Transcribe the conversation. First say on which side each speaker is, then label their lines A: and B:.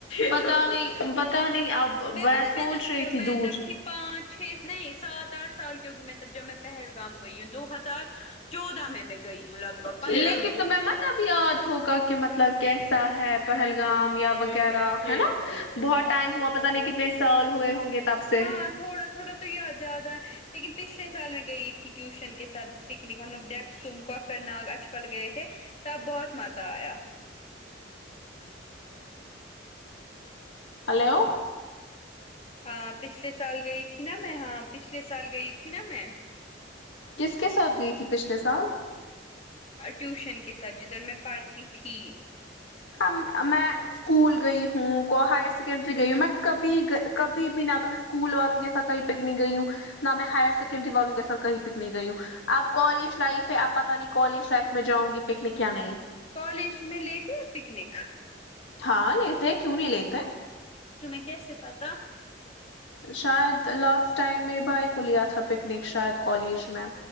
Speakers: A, on the left (about 80°); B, on the left (about 30°).
A: پ تا نہیں پتا نہیں آپ
B: میں
A: وے
B: پتا
A: سوچ
B: میں تب
A: رہی تھی
B: میں
A: دور
B: تب تھی پانچ چھ نہیں سات آٹھ سال کی ہوگی میں تب جب میں پہلگام گئی ہوں دو ہزار چودہ میں میں گئی ہوں لگ بھگ پندرہ
A: لیکن ت میں م مب یاد ہوگا کہ مطلب کیسا ہے پہلگام یا وغیرہ ہے نا بہت ٹائم ہوا پتا نہیں کتنے سال ہوئے ہوں گے تب سے
B: ہاں تھوڑا تھوڑا تو یہ زیادہ لیکن پچھلے سال میں گئی تھی ٹیوشن کے ساتھ پکنک ہم لوگ ڈیک سم کواک کرنا اکسوال گئے تھے تب بہت مزہ آیا
A: ہلو
B: ہاں پچھلے سال گئی تھی نا میں ہاں پچھلے سال گئی تھی نا میں
A: کس کے ساتھ گئی تھی پچھلے سال
B: ٹیوشن کے ساتھ جدھر میں پڑھتی تھی
A: ہم ا میں اسکول گئی ہوں کو ہائر سیکنڈری گئی ہوں میں کبھی کبھی بھی نہ تو میں سکول وال کے ساتھ کہیں پکنک گی ہوں نہ میں ہائر سیکنڈری والوں کے ساتھ کہی پکنک گی ہوں اپ کالج لائف ہے آپ پتہ نہیں کالج لائف میں جاؤں گی پکنک یا نہیں
B: کالج میں لیتے ہیں پکنک
A: ہاں لیتے ہیں کیوں نہیں لیتے
B: تمہے کیسے پتہ
A: شاید لاسٹ ٹائم میرے بھائی کو لیا تھا پکنک شاید کالج میں